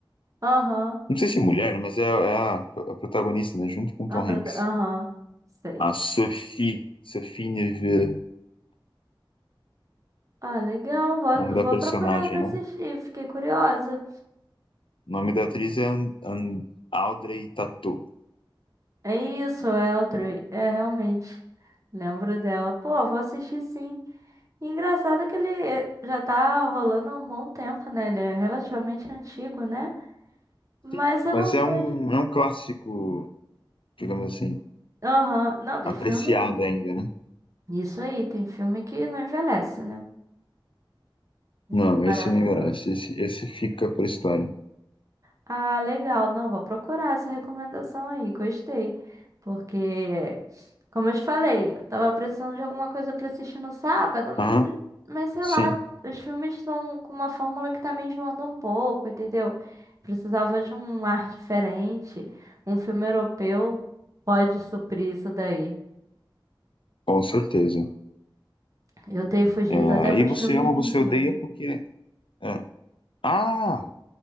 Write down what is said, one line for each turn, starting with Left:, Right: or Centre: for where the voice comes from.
Right: Aham.
Left: Não sei se é mulher, né, mas é, é a, a protagonista, né? Junto com o
Right: A
Left: Tom
Right: prota-
Left: Hanks.
Right: Aham. Sei.
Left: A Sophie, Sophie Neveu,
Right: Ah, legal, vou,
Left: o nome da
Right: vou
Left: personagem,
Right: procurar pra
Left: né?
Right: assistir, fiquei curiosa.
Left: O nome da atriz é An- An- Audrey Tautou.
Right: É isso, Eltro, é realmente. Lembro dela. Pô, vou assistir sim. E Engraçado que ele eh, já tá rolando há um bom tempo, né? Ele é relativamente antigo, né? Mas
Left: Sim.
Right: eu
Left: Mas
Right: não
Left: é
Right: vejo.
Left: um, é um clássico, digamos assim,
Right: Aham, Não, tem
Left: apreciado
Right: filme.
Left: ainda, né?
Right: Isso aí, tem filme que não envelhece, né? Tem
Left: Não,
Right: filme
Left: esse
Right: maravilhoso.
Left: não envelhece. Esse, esse fica pra história.
Right: Ah, legal. Não, vou procurar essa recomendação aí. Gostei. Porque, como eu te falei, eu tava precisando de alguma coisa pra assistir no sábado, mas,
Left: Aham,
Right: mas sei
Left: sim,
Right: lá, os filmes estão com uma fórmula que tá me enjoando um pouco, entendeu? Precisava de um ar diferente. Um filme europeu pode suprir isso daí.
Left: com certeza.
Right: Eu tenho fugido
Left: É,
Right: até pros
Left: e você
Right: filmes
Left: ama,
Right: indianos.
Left: você odeia porque. é. Ah,